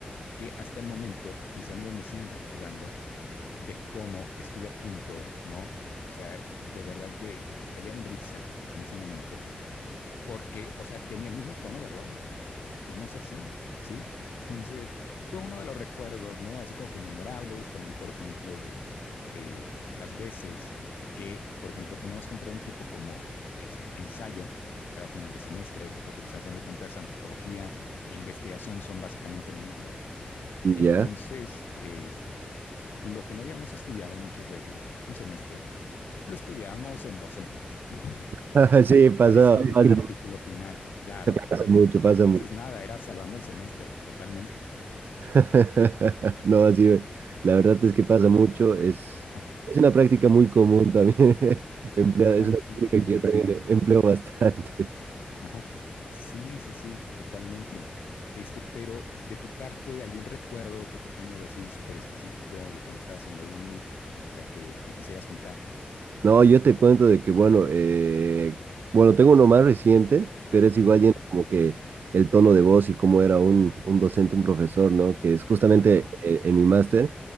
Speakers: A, on the left; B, on the right.
A: que hasta el momento mis amigos me siguen recordando de cómo estuve a punto, ¿no? O sea, de verdad de estallar en risa en ese momento porque, o sea, tenía el mismo tono de Rose, de Monster Singh, ¿sí? <laughs> Entonces, fue uno de los recuerdos, ¿no? Así como que memorables, también, por ejemplo, de eh, las veces que, por ejemplo, teníamos que entregar un tipo como este ensayo cada final de semestre, porque pues al final de cuentas antropología e investigación son básicamente lo mismo. Entonces,
B: Ya.
A: eh, lo que no habíamos estudiado muchas veces, un semestre, lo estudiábamos en dos semanas, ¿no? <laughs>
B: <laughs> Sí, pasa,
A: Para escribir
B: pasa,
A: el artículo final. Claro,
B: pasa mucho, pasa
A: entonces,
B: mucho.
A: nada, era salvando el semestre, totalmente.
B: <laughs> No, sí, la verdad es que pasa mucho. Es,
A: Ajá,
B: es una práctica muy común también <laughs> empleada.
A: ajá,
B: Es una
A: sí,
B: técnica
A: totalmente.
B: que yo también empleo bastante.
A: Ajá. Sí, sí, sí, totalmente. Este, pero de tu parte, ¿algún recuerdo que tú tengas así súper específico de cuando estabas en la uni? O sea, que, que quisieras contar.
B: No, yo te cuento de que, bueno, eh, bueno, tengo uno más reciente, pero es igual
A: Ujú,
B: yendo como que el tono de voz y cómo era un, un docente, un profesor, ¿no? Que es justamente
A: Ajá,
B: eh, en mi máster,